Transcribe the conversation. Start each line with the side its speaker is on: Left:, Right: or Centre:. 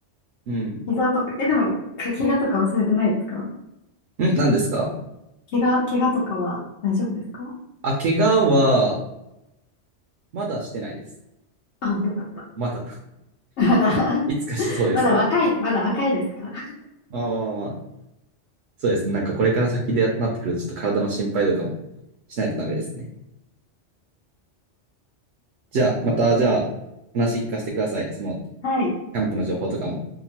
Right: うん。ん
Left: 膝とか、え、でも、か怪我とか忘れてないですか
Right: 何ですか
Left: 怪我、怪我とかは大丈夫ですか
Right: あ、怪我は、まだしてないです。
Left: あ、よかった。
Right: まだ。
Left: まだ <laughs>
Right: <laughs> いつかしそうですけど。
Left: まだ若い、まだ若いですから。
Right: まあまあまあそうですね。なんかこれから先でなってくると、ちょっと体の心配とかもしないとダメですね。じゃあ、また、じゃあ、話聞かせてください。その、キ
Left: はい。
Right: ャンプの情報とかも。